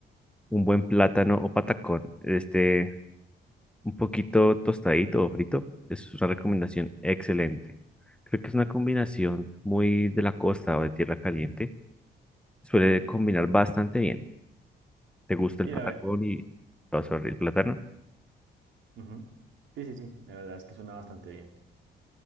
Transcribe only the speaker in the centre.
un buen plátano o patacón. Este un poquito tostadito o frito. Es una recomendación excelente. Creo que es una combinación muy de la costa o de tierra caliente. Suele combinar bastante bien. ¿Te gusta
el patacón
y oh, sorry, el plátano?